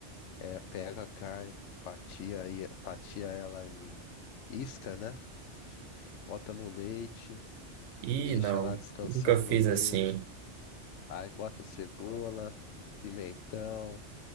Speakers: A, on the left; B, on the right.
A: É, pega a carne, fatia, aí, fatia ela em isca, né? Bota no leite,
B: Ih,
A: deixa
B: não.
A: lá descansando
B: Nunca fiz
A: no leite,
B: assim.
A: aí bota cebola, pimentão.